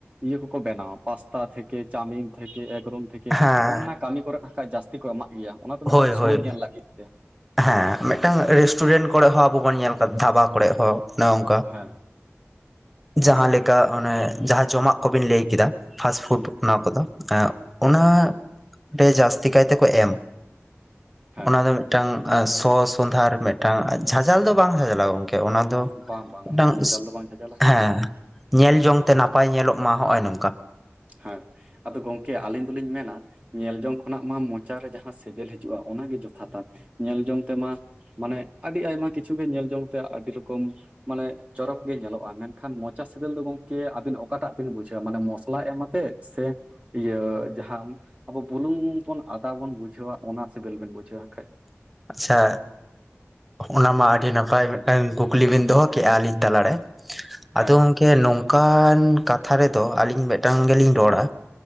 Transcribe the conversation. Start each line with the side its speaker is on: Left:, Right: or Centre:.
Right: ᱤᱭᱟᱹ ᱠᱚᱠᱚ ᱵᱮᱱᱟᱣ ᱯᱟᱥᱛᱟᱷ ᱛᱷᱮᱠᱮ ᱪᱟᱣᱢᱤᱱ ᱛᱷᱮᱠᱮ ᱮᱠᱨᱳᱢ ᱾ ᱛᱷᱮᱠᱮ
Centre: ᱦᱮᱸ
Right: ᱚᱱᱱᱟ ᱠᱟᱹᱢᱤ ᱠᱚᱨᱮ ᱠᱷᱟᱡ ᱡᱟᱹᱥᱛᱤ ᱠᱚ ᱮᱢᱟᱜ ᱜᱮᱭᱟ ᱚᱱᱟ ᱫᱚ ᱢᱤᱫᱴᱟᱝ
Centre: ᱦᱳᱭ
Right: ᱥᱳ
Centre: ᱦᱳᱭ
Right: ᱧᱮᱞ ᱞᱟᱹᱜᱤᱫ ᱛᱮ ᱾
Centre: ᱦᱮᱸ ᱢᱤᱫᱴᱟᱝ ᱨᱮᱥᱴᱩᱨᱮᱱᱴ ᱠᱚᱨᱮ ᱦᱚᱸ ᱟᱵᱚ ᱵᱚᱱ ᱧᱮᱞ ᱟᱠᱟᱫᱟ ᱫᱷᱟᱵᱟ ᱠᱚᱨᱮ ᱦᱚᱸ ᱾ ᱚᱱᱮ ᱚᱝᱠᱟ
Right: ᱦᱮᱸ
Centre: ᱡᱟᱦᱟᱸᱞᱮᱠᱟ ᱚᱱᱮ ᱡᱟᱦᱟᱸ ᱡᱚᱢᱟᱜ ᱠᱚ ᱵᱤᱱ ᱞᱟᱹᱭ ᱠᱮᱫᱟ ᱾ ᱯᱷᱟᱥᱴ ᱯᱷᱩᱰ
Right: ᱦᱩᱸ
Centre: ᱚᱱᱟ ᱠᱚ ᱫᱚ ᱾ ᱚᱱᱟ ᱨᱮ ᱡᱟᱹᱥᱛᱤ ᱠᱟᱭ ᱛᱮᱠᱚ ᱮᱢᱟ
Right: ᱦᱮᱸ
Centre: ᱚᱱᱟ ᱫᱚ ᱾ ᱢᱤᱫᱴᱟᱝ ᱥᱚ ᱥᱚᱸᱫᱷᱟᱨ ᱢᱤᱫᱴᱟᱝ ᱡᱷᱟᱡᱟᱞ ᱫᱚ ᱵᱟᱝ ᱡᱷᱟᱡᱟᱞᱟ ᱜᱚᱢᱠᱮ ᱚᱱᱟ ᱾ ᱟᱫᱚ
Right: ᱵᱟᱝ ᱵᱟᱝ
Centre: ᱢᱤᱫᱴᱟᱝ
Right: ᱚᱱᱟ ᱫᱚ ᱡᱷᱟᱡᱟᱞ ᱫᱚ ᱵᱟᱝ ᱡᱷᱟᱡᱟᱞᱟ ᱦᱟᱸᱠᱷᱟᱡ
Centre: ᱦᱮᱸ ᱧᱮᱞ ᱡᱚᱝ ᱛᱮ ᱱᱟᱯᱟᱭ ᱧᱮᱞᱚᱜ ᱢᱟ ᱦᱚᱜᱼᱚᱭ ᱱᱚᱝᱠᱟ ᱾
Right: ᱦᱮᱸ ᱟᱫᱚ ᱜᱚᱢᱠᱮ ᱟᱹᱞᱤᱧ ᱫᱚᱞᱤᱧ ᱢᱮᱱᱟ ᱧᱮᱞ ᱡᱚᱝ ᱠᱷᱚᱱᱟᱜ ᱢᱟ ᱢᱚᱪᱟ ᱨᱮ ᱡᱟᱦᱟᱸ ᱥᱮᱹᱵᱮᱹᱞ ᱦᱤᱡᱩᱜᱼᱟ ᱚᱱᱟᱜᱮ ᱡᱚᱛᱷᱟᱛᱟ ᱧᱮᱞ ᱡᱚᱝ ᱛᱮᱢᱟ ᱢᱟᱱᱮ ᱟᱹᱰᱤ ᱟᱭᱢᱟ ᱠᱤᱪᱷᱩ ᱜᱮ ᱧᱮᱞ ᱡᱚᱝ ᱛᱮ ᱟᱹᱰᱤ ᱨᱚᱠᱚᱢ ᱢᱟᱱᱮ ᱪᱚᱨᱚᱠ ᱜᱮ ᱧᱮᱞᱚᱜᱼᱟ ᱢᱮᱱᱠᱷᱟᱱ ᱢᱚᱪᱟ ᱥᱤᱸᱵᱤᱞ ᱫᱚ ᱜᱚᱝᱠᱮ ᱟᱹᱵᱤᱱ ᱚᱠᱟᱴᱟᱜ ᱵᱤᱱ ᱵᱩᱡᱷᱟᱹᱣᱟ ᱢᱟᱱᱮ ᱢᱚᱥᱞᱟ <unintelligible> ᱮᱢ ᱟᱛᱮᱜ ᱥᱮ ᱤᱭᱟᱹ ᱡᱟᱦᱟᱸ ᱟᱵᱚ ᱵᱩᱞᱩᱝ ᱵᱚᱱ ᱟᱫᱟ ᱵᱚᱱ ᱵᱩᱡᱷᱟᱹᱣᱟ ᱚᱱᱟ ᱥᱤᱵᱤᱞ ᱵᱤᱱ ᱵᱩᱡᱷᱟᱹᱣᱟ ᱠᱷᱟᱱᱡ
Centre: ᱟᱪᱪᱷᱟ ᱚᱱᱟᱢᱟ ᱟᱹᱰᱤ ᱱᱟᱯᱟᱭ ᱢᱤᱫᱴᱮᱱ ᱠᱩᱠᱞᱤ ᱵᱤᱱ ᱫᱚᱦᱚ ᱠᱮᱫᱼᱟ ᱟᱹᱞᱤᱧ ᱛᱟᱞᱟ ᱨᱮ ᱟᱫᱚ
Right: ᱦᱮᱸ
Centre: ᱜᱚᱝᱠᱮ ᱱᱚᱝᱠᱟᱱ ᱠᱟᱛᱷᱟ ᱨᱮᱫᱚ ᱟᱞᱤᱧ ᱢᱤᱫᱴᱟᱝ ᱜᱮᱞᱤᱧ ᱨᱚᱲᱟ